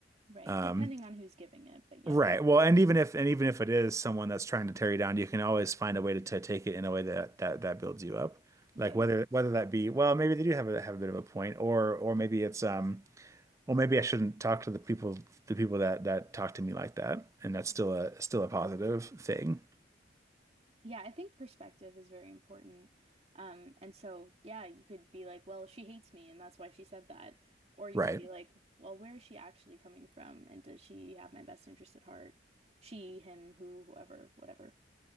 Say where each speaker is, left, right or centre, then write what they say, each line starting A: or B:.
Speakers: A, on the right (about 35°); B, on the right (about 15°).
A: right?
B: Um,
A: Depending on who's giving it, but yes,
B: Right. Well, and even if and even if it is someone that's trying to tear you down, you can always find a way to, to take it in a way that that that builds you up.
A: right.
B: Like whether whether that be, well, maybe they do have a have a bit of a point, or or maybe it's um, well, maybe I shouldn't talk to the people the people that that talk to me like that, and that's
A: Mhm.
B: still a still a positive thing.
A: Yeah, I think perspective is very important. Um, and so yeah, you could be like, well, she hates me and that's why she said that. Or you
B: Right.
A: could be like, well, where is she actually coming from? And does she have my best interest at heart? She, him, who, whoever, whatever.